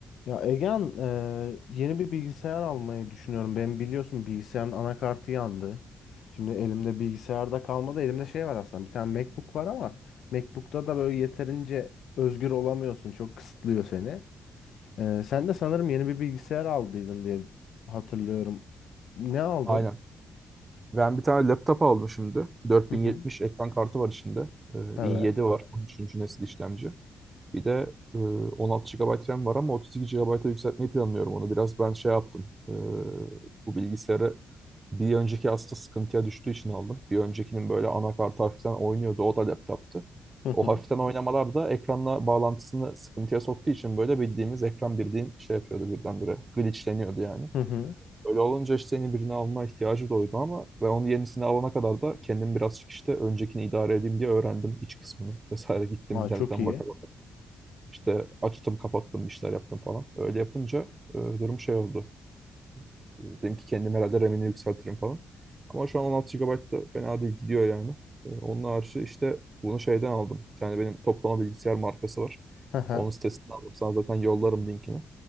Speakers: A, on the left; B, on the right.
A: Ya Egehan, eee, yeni bir bilgisayar almayı düşünüyorum. Ben biliyorsun bilgisayarın anakartı yandı. Şimdi elimde bilgisayarda kalmadı. Elimde şey var aslında. Bir tane MacBook var ama MacBook'ta da böyle yeterince özgür olamıyorsun. Çok kısıtlıyor seni. Eee, sen de sanırım yeni bir bilgisayar aldıydın diye hatırlıyorum. Ne aldın?
B: Aynen. Ben bir tane laptop aldım şimdi. 4070
A: Hı hı.
B: ekran kartı var içinde. Ee,
A: Evet.
B: i7 var. on üçüncü nesil işlemci. Bir de e, 16 gigabayt RAM var ama 32 gigabayt'a yükseltmeyi planlıyorum onu. Biraz ben şey yaptım. e, bu bilgisayarı bir önceki aslında sıkıntıya düştüğü için aldım. Bir öncekinin böyle anakartı hafiften oynuyordu. O da laptoptu.
A: Hı hı.
B: O hafiften oynamalar da ekranla bağlantısını sıkıntıya soktuğu için böyle bildiğimiz ekran birliğin şey yapıyordu birdenbire. Glitchleniyordu yani.
A: Hı hı.
B: Öyle olunca işte yeni birini alma ihtiyacı doğdu ama ve onun yenisini alana kadar da kendim birazcık işte öncekini idare edeyim diye öğrendim iç kısmını vesaire gittim
A: Aa,
B: internetten
A: çok iyi.
B: baka baka. İşte açtım kapattım işler yaptım falan. Öyle yapınca e, durum şey oldu. E, Dedim ki kendim herhalde RAM'ini yükseltirim falan. Ama şu an 16 gigabayt da fena değil gidiyor yani. E, onun harici işte bunu şeyden aldım. Bir tane benim toplama bilgisayar markası var.
A: Hı hı.
B: Onun sitesinden aldım. Sana zaten yollarım linkini.